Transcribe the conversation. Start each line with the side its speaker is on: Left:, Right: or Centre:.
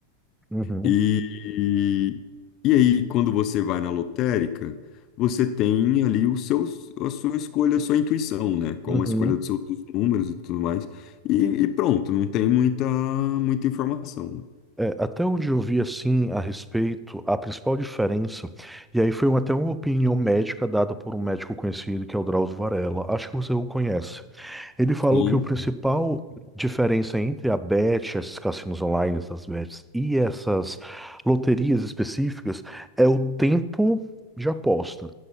Centre: uhum,
Left: e, e, e aí, quando você vai na lotérica, você tem ali o seu, a sua escolha, a sua intuição, né? Como
Centre: uhum.
Left: a escolha do seu- dos números e tudo mais. E, e pronto, não tem muita, muita informação. né?
Centre: É, até onde eu vi assim a respeito, a principal diferença, e aí foi um, até uma opinião médica dada por um médico conhecido que é o Drauzio Varella, acho que você o conhece. Ele falou
Left: Sim.
Centre: que o principal diferença entre a Bet, esses cassinos online, essas bets e essas loterias específicas é o tempo de aposta.